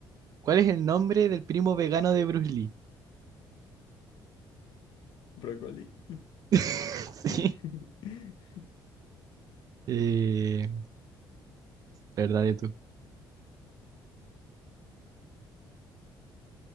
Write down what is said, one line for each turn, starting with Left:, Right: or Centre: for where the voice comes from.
Right: ¿Cuál es el nombre del primo vegano de Bruce Lee?
Left: <laughs> ¿Brócoli?
Right: <laughs> Sí.
Left: <laughs>
Right: Eh, verdad de tú.